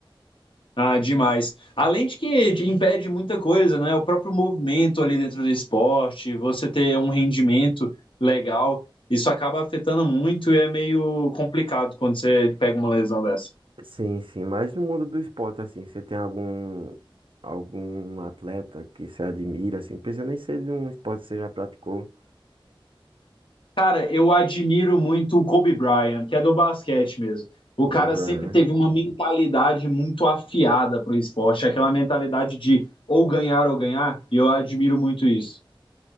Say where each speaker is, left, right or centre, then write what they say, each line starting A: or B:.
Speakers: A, on the left; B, on the right.
A: Ah, demais. Além de que te impede muita coisa, né? O próprio movimento ali dentro do esporte, você ter um rendimento legal, isso acaba afetando muito e é meio complicado quando você pega uma lesão dessa.
B: Sim, sim, mas no mundo do esporte, assim, você tem algum algum atleta que você admira, assim, pensando em ser de um esporte que você já praticou,
A: Cara, eu admiro muito o Kobe Bryant, que é do basquete mesmo. O
B: Kobe
A: cara
B: Bryant,
A: sempre teve
B: né?
A: uma mentalidade muito afiada pro esporte, aquela mentalidade de ou ganhar ou ganhar, e eu admiro muito isso.